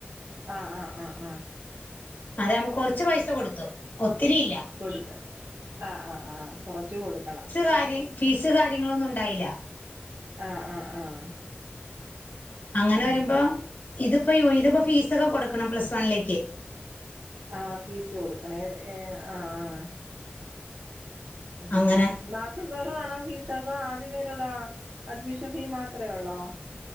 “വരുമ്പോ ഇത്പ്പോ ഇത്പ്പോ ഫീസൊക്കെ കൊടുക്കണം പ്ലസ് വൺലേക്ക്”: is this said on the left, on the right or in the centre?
Left